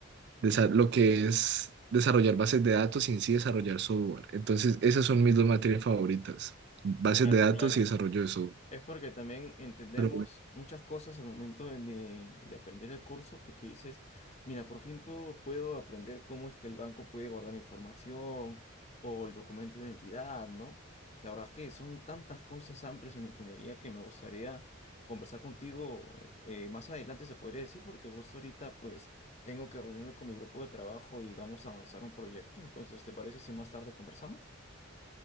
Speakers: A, on the right (about 55°); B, on the left (about 30°).
A: desa- lo que es desarrollar bases de datos y en sí desarrollar software. Entonces esas son mis dos materias favoritas, bases
B: Claro,
A: de datos
B: claro.
A: y desarrollo de software.
B: Es porque también entendemos
A: Pero bueno,
B: muchas cosas al momento de, de- de aprender el curso, porque dices, mira, por fin puedo, puedo aprender cómo es que el banco puede guardar información o el documento de identidad, ¿no? La verdad es que son tantas cosas amplias en la ingeniería que me gustaría conversar contigo eh, eh, más adelante, se podría decir, porque justo ahorita pues tengo que reunirme con mi grupo de trabajo y vamos a avanzar un proyecto, entonces, ¿te parece si más tarde conversamos?